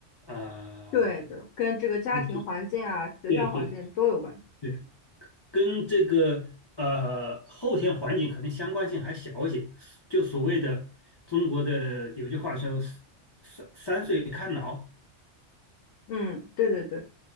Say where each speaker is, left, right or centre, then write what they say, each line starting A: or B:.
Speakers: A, on the left (about 35°); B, on the left (about 80°).
A: 呃，
B: 对的，跟这个家庭环境啊、
A: 嗯
B: 学校环境都有关。
A: 对对
B: 系。
A: 对跟这个呃后天环境可能相关性还小一些。就所谓的中国的有句话说“三三岁看老”，
B: 嗯，对对对，